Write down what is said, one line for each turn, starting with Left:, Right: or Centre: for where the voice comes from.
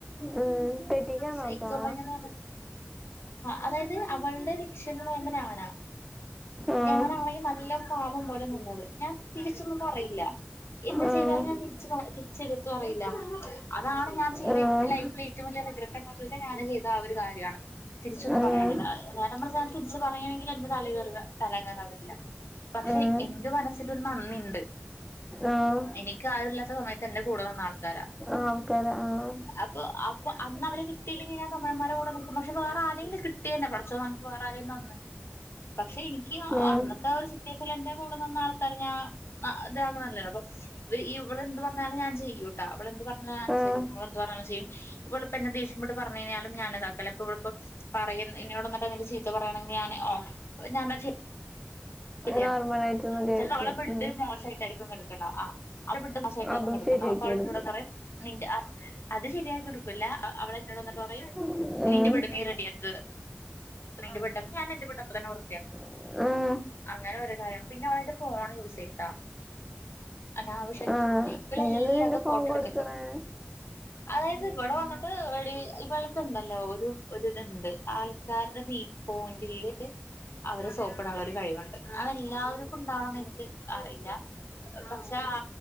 Centre: ഉം തെറ്റിക്കാൻ
Left: സൈക്കോ
Centre: നോക്കോ
Left: മയിന്റ് <unintelligible> അതായത് അവളുടെ <unintelligible> <unintelligible> ഞാന
Centre: ആഹ്
Left: ഞാനാണെങ്കി നല്ല പാപം പോലെ നിന്നത് ഞാൻ തിരിച്ചൊന്നും പറയില്ല എന്ത്തു
Centre: ആഹ്
Left: ചെയ്താലും ഞാൻ തിരിച് തിരിച് എതിർത്തു പറയില്ല അതാണ് ഞാൻ ചെയിത
Centre: ആഹ്
Left: എന്റെ ലൈഫിൽ ഏറ്റ വലിയ <unintelligible> ഞാൻ ചെയ്ത ആ ഒരു കാരിയാണ്. തിരിച്ചൊന്നും
Centre: ആഹ്
Left: പറയാൻ <unintelligible> നേരെ മറിച് തിരിച്ചു പറയയാണെങ്കിൽ എന്റെ തലേ കെർക തലേകേറാൻവരില്ല. പക്ഷെ
Centre: ആഹ്
Left: എന്റെ മനസ്സിലൊരു നന്ദി ഉണ്ട്
Centre: ആഹ്
Left: എനിക്ക് ആരുില്ലാത്ത സമയത്ത് എന്റെ കൂടെ നിന്ന ആൾക്കാരാ.
Centre: ആൾക്കാര് ആഹ്
Left: അപ്പൊ അപ്പോ അന്ന് അവരെ കിട്ടിയില്ലെങ്കിൽ ഞാൻ '' തമിഴൻമാരുടെ കൂടെ നിക്കും പക്ഷേ വേറെ ആരെങ്കില് കിട്ടിയേനെ പഠച്ചോ നമുക്ക് വേറെ ആരെങ്കിലും തന്നേനെ പക്ഷെ എനിക്ക്
Centre: ഉം
Left: അന്നത്തെ ഒരു സി റ്റുവേഷനിൽ എന്റെ കൂടെ നിന്ന ആൾക്കാരെ ഞ ഇതാകണല്ലേ അപ്പൊ. വ് ഇ ഇവൾ എന്ത് പറഞ്ഞാലും ഞാൻ ചെയ്യുട്ടാ ഇവൾ എന്ത്പറഞ്ഞാലും അനുസരിക്കും
Centre: ആഹ്
Left: ഇവൾ എന്ത്പറഞ്ഞാലും ചെയ്യും. ഇവളിപ്പോ എന്നെ ദേഷ്യപ്പെട്ട പറഞ്ഞുകയിഞ്ഞാലും ഞാൻ അ താക്കല്ല ഇപ്പ ഇവൾപ്പോ പറയും എന്നോട് ന്ന പ്പ എന്തെങ്കിലും ചിത്തപറയാണെങ്കിൽ ഞാന് ഓ ഞാൻ അത് ചെ ശരിയാക്കും
Centre: നോർമലായിട്ട് മതിയായിരിക്കും
Left: ചെലപ്പം അവളെ ബഡ്
Centre: ഉം
Left: മോശമായിട്ടായിരിക്കും കെടക്കണ ആഅവളുടെ ബെഡ് ശായിട്ടായിരിക്കും
Centre: അതും
Left: കെടക്കണ
Centre: ശരിയാക്കി
Left: അപ്പൊ അവൾ
Centre: കൊടുക്കും
Left: എന്നോട് പറയും നിന്റെ അ അത് ശെരിയാക്കി കൊടുക്കൂല്ല അവൾ എന്നോട് വന്നിട്ട് പറയും
Centre: ഉം
Left: നിന്റെ ബെഡ് നീ റെഡിയാക്. നിന്റെ ബെഡ് അപ്പൊ ഞാൻ എന്റെ ബെഡ് അപ്പോ തന്നെ വൃത്തിയാക്കും
Centre: മ്
Left: അങ്ങനെ ഒരു കാര്യം പിന്നെ അവൾ എന്റെ ഫോൺ യൂസ് ചെയ്ട്ടാ അനാവശ്യായിട്ട്
Centre: ആഹ്
Left: ഇവളെല്ലാതും
Centre: നീ എന്തിനാ നിന്റെ ഫോൺ
Left: ഫോട്ടോ എടുത്തക്കും
Centre: കൊടുക്കണേ
Left: അതായത് ഇവള് വന്നിട്ട് എടീ ഇവൾക് ഉണ്ടല്ലോ ഒരു ഒരു ഇതുണ്ട് ആൾക്കാരുടെ വീ പോയിന്റില് അവരെ സോപ്പിടാനുള്ള ഒരു കഴിവുണ്ട്. അതെല്ലാവർക്കും ഉണ്ടാവണംന്ന് എനിക്ക് അറിയില്ല. പക്ഷെ ആ